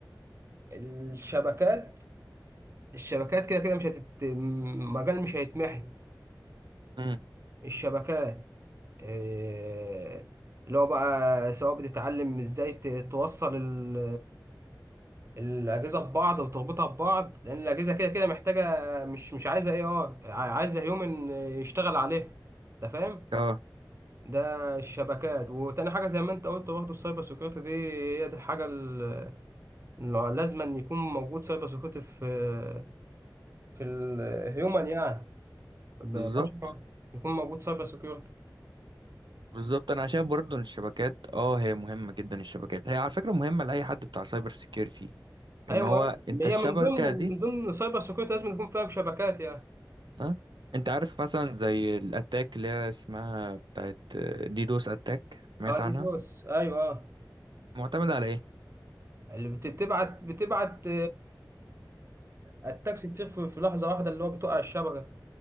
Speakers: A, on the right; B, on the right.
A: الشبكات الشبكات كده كده مش هتت... م- مجال مش هيتمحي
B: امم
A: الشبكات آه، اللي هو بقى سواء بتتعلم ازاي ت- توصل ال... الأجهزة ببعض وتربطها ببعض لأن الأجهزة كده كده محتاجة مش مش عايزة اي اه عايزة هيومن يشتغل عليها أنت فاهم؟
B: اه
A: ده الشبكات وتاني حاجة زي ما أنت قلت برضه السايبر سيكيورتي دي هي دي الحاجة اللي لازم أن يكون موجود سايبر سيكيورتي في في الهيومن يعني ببشرة
B: بالظبط
A: يكون موجود سايبر سكيورتي
B: بالظبط انا شايف برضه ان الشبكات اه هي مهمه جدا الشبكات هي على فكره مهمه لاي حد بتاع سايبر سيكيورتي
A: ايوه
B: ان هو
A: أيوة.
B: انت
A: هي
B: الشبكه
A: من ضمن
B: دي
A: من ضمن سايبر سكيورتي لازم تكون فاهم شبكات يعني
B: ها انت عارف مثلا زي الاتاك اللي هي اسمها بتاعت ديدوس اتاك سمعت
A: اه
B: عنها
A: دي دوس ايوه اه
B: معتمده على ايه
A: اللي بت- بتبعت بتبعت التاكسي كتير في في لحظه واحده اللي هو بتقع الشبكه